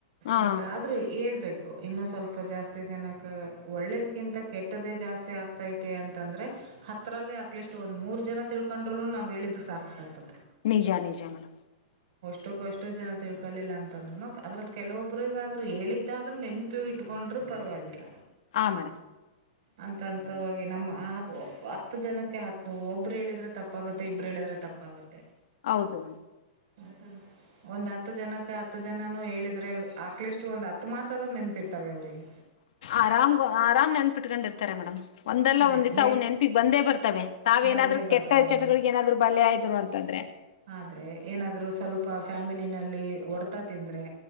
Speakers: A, on the left; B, on the right.
A: ಹಾ
B: ಬಟ್ ಆದ್ರೂ ಹೇಳ್ಬೇಕ್. ಇನ್ನು ಸ್ವಲ್ಪ ಜಾಸ್ತಿ ಜನಕ ಒಳ್ಳೇದಕ್ಕಿಂತ ಕೆಟ್ಟದ್ದೇ ಜಾಸ್ತಿ ಆಗ್ತೈತೆ ಅಂತಂದ್ರೆ ಹತ್ತರಲ್ಲಿ ಅಟ್ಲೀಸ್ಟ್ ಒಂದ್ ಮೂರ್ ಜನ ತಿಳ್ಕೊಂಡ್ರುನು ನಾವ್ ಹೇಳಿದು ಸಾರ್ತಕ ಆತು.
A: ನಿಜ ನಿಜ ಮೇಡಮ್.
B: ಅಷ್ಟು ಕಷ್ಟು ಜನ ತಿಳ್ಕೊಳ್ಳಿಲ್ಲ ಅಂತಂದ್ರರುನು ಅದ್ರಲ್ಲಿ ಕೆಲವೊಬ್ಬ್ರಗಾದ್ರು ಹೇಳಿದ್ದಾದ್ರು ನೆನಪ್ ಇಟ್ಕೊಂಡ್ರು ಪರ್ವಾಗಿಲ್ಲ.
A: ಹ ಮೇಡಮ್.
B: ಅಂತಂತವಾಗಿ ನಮ್ಮ ಹ ಹತ್ತು ಜನಕ್ಕೆ ಹತ್ ಒಬ್ರು ಹೇಳಿದ್ರೆ ತಪ್ಪಾಗುತ್ತೆ ಇಬ್ರ್ ಹೇಳದ್ರೆ ತಪ್ಪಾಗುತ್ತೆ.
A: ಹೌದು ಮೇಡ್.
B: ಹದು ಒಂದ್ ಹತ್ ಜನಕ ಹತ್ ಜನನು ಹೇಳಿದ್ರೆ ಆಕ್ಲಿಷ್ಟು ಒಂದ್ ಹತ್ ಮಾತ್ ಆದ್ರು ನೆನ್ಪಿರ್ತಾವೆ ಅವ್ರಿಗೆ.
A: ಆರಾಮ್ ಆರಾಮ್ ನೆನಪಿಟ್ಕೊಂಡಿರ್ತಾರೆ ಮೇಡಮ್ ಒಂದಲ್ಲ
B: ಅದೇ
A: ಒಂದ್ ದಿವ್ಸ
B: ಮೇ
A: ಅವ್ ನೆನ್ಪಿಗ್ ಬಂದೇ ಬರ್ತಾವೆ ತಾವ್
B: ಬಂದೇ
A: ಏನಾದ್ರು
B: ಬರ್ತವೆ
A: ಕೆಟ್ಟ ಚಟಗಳಿಗೆ ಏನಾದ್ರು ಬಲಿ ಆಯ್ದ್ರು ಅಂತಂದ್ರೆ.
B: ಆದ್ರೆ ಏನಾದ್ರು ಸ್ವಲ್ಪ ಫ್ಯಾಮಿಲಿನಲ್ಲಿ ಹೊಡ್ತಾ ತಿಂದ್ರೆ.